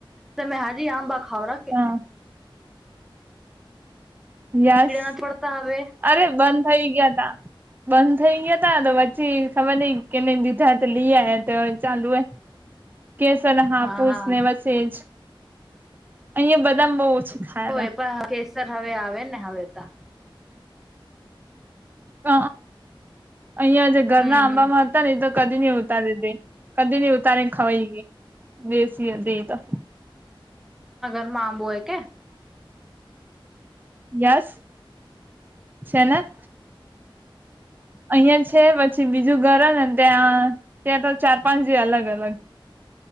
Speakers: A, in the centre; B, on the right.
A: તમે હાજી આંબા ખાવરા કે?
B: હા યસ,
A: કીડા નથી પડતા હવે
B: અરે બંધ થઇ, ગયા તા. બંધ થઇ ગયા, હતા તો પછી ખબર નઈ, કે દીધા તો લઈ આ તો ચાલુ હોય.
A: <inaudible>
B: કેસલ હાપુસ
A: હા હા
B: ને વસેજ, અહં બધામ બહુ ઓછું ખાયલા
A: હો, એ પણ કેસર, હવે આવે ને હવે ત.
B: હ, અહિયાં જે ઘરના
A: હમ
B: આંબામાં
A: હમ
B: હતા, નને તો કદી નહી, ઉતાર દે, કદી નહી ઉતાર ખવાઈ કે. બેસીએ દઈતા.
A: મા, બોય કે
B: યસ. છેન.
A: હ <inaudible>
B: અહિયાં છે, પછી બીજું ઘર નેને ત્યાં, ત્યાં તો ચાર પાંચ જે અલગ અલગ.